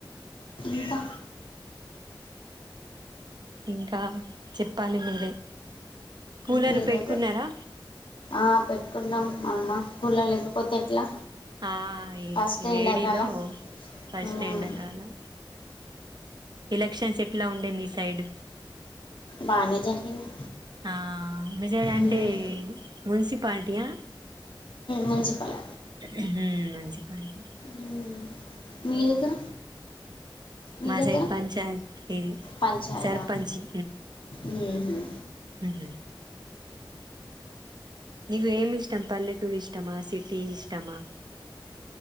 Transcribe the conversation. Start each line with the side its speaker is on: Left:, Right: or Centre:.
Left: ఇంకా
Right: ఇంకా చెప్పాలి మీరే కూలరు
Left: మీరైతే
Right: పెట్టుకున్నారా
Left: ఆ పెట్టుకున్నాం మా అమ్మకూలర్ లేకపోతే ఎట్లా
Right: ఆ ఈ
Left: ఫస్ట్
Right: వేడిలో
Left: ఎండాకాలం
Right: ఫస్ట్
Left: మ్మ్.
Right: ఎండ కాలం ఎలెక్షన్స్ ఎట్ల ఉండే మీ సైడ్
Left: బాగానే జరిగింది
Right: ఆ మెసేజ్ అంటే
Left: మ్మ్.
Right: మున్సిప్ పాల్టీయా
Left: మంజిప్పాల
Right: ఉహు మంచి పాయింటు
Left: మ్మ్. మీ దగ్గర మీ
Right: మా
Left: దగ్గర
Right: సైడ్ పంచాయిత్ ఇది
Left: పంచాయతా
Right: సర్పంచి
Left: మ్మ్.
Right: అహ నీగు ఏమి ఇష్టం పల్లెటూర్ ఇష్టమా సిటీ ఇష్టమా